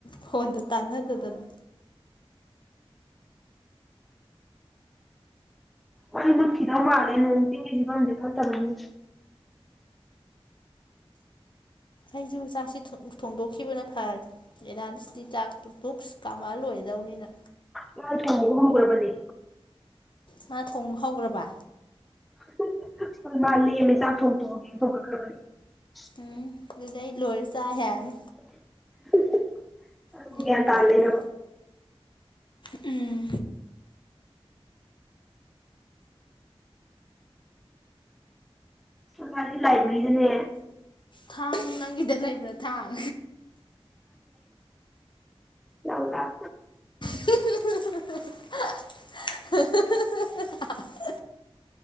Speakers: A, on the left (about 50°); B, in the centre.
A: ꯈꯣꯟꯗꯣ ꯇꯥꯟꯅ ꯗꯗꯅ
B: ꯃꯩ ꯃꯨꯠꯈꯤꯗꯧ ꯃꯥꯜꯂꯦ ꯅꯣꯡ ꯆꯤꯡꯒꯤ ꯐꯤꯚꯝꯁꯨ ꯐꯠꯇꯕꯅꯤꯅ
A: ꯑꯩꯁꯨ ꯆꯥꯛꯁꯤ ꯊꯣꯡꯗꯣꯛꯈꯤꯕꯅ ꯐꯔꯦ ꯑꯦꯅꯥꯂꯤꯁꯤꯇꯗꯤ ꯆꯥꯛꯇꯣ ꯕꯨꯛꯁ ꯀꯥꯝꯃ ꯂꯣꯏꯒꯗꯧꯅꯤꯅ
B: ꯃ ꯊꯣꯡꯕ ꯍꯧꯈ꯭ꯔꯕꯅꯦ
A: ꯃꯥ ꯊꯣꯡ ꯍꯧꯈ꯭ꯔꯕ ꯕ
B: <inaudible>
A: ꯎꯝ ꯑꯗꯨꯗꯤ ꯑꯩ ꯂꯣꯏꯔ ꯆꯥ ꯌꯔꯅꯤ
B: <inaudible>
A: ꯑꯩꯅ
B: ꯒ꯭ꯌꯥꯟ
A: ꯂꯣꯏꯕꯒ
B: ꯇꯥ ꯂꯩꯔꯕ
A: ꯎꯝ
B: ꯉꯁꯥꯏꯗꯤ ꯂꯥꯏꯕ꯭ꯔꯦꯔꯤ ꯗꯅꯦ
A: ꯊꯡ ꯅꯪꯒꯤꯗ ꯂꯩꯕ꯭ꯔ ꯊꯥꯡ
B: ꯂꯧ ꯂꯥꯎ
A: <inaudible> <inaudible>